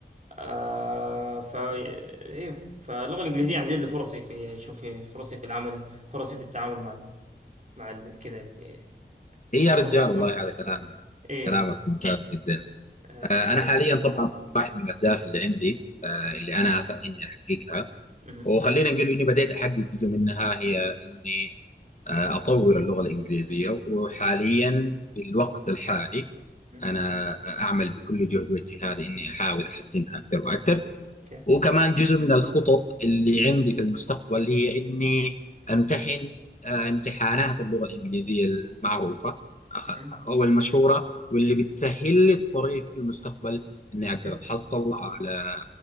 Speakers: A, on the right (about 40°); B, on the left (about 40°).
A: آه فا ايه فاللغه الانجليزيه هتزيد لي فرصي في شوف في فرصي في العمل فرصي في التعامل مع ال- مع ال- كده ال-
B: إيه
A: الفرص
B: يا رجال
A: الفرص
B: والله هذا كلام
A: ايه
B: كلامك ممتاز جدا
A: آه، اوكي
B: آه،
A: حلو
B: أنا حاليا طبعا واحد من الأهداف اللي عندي آه، اللي أنا أسعى إني أحققها
A: مهم.
B: وخلينا نقول اني بديت احقق جزء منها هي اني آه، اطور اللغه الانجليزيه وحاليا في الوقت الحالي
A: مهم.
B: انا اعمل بكل جهد واجتهاد اني احاول احسنها اكثر واكثر
A: اوكي
B: وكمان جزء من الخطط اللي عندي في المستقبل هي إني أمتحن آه، امتحانات اللغة الإنجليزية المعروفة أخ-
A: مهم.
B: أو المشهورة واللي بتسهل لي الطريق في المستقبل إني أقدر
A: اوكي
B: أتحصل على على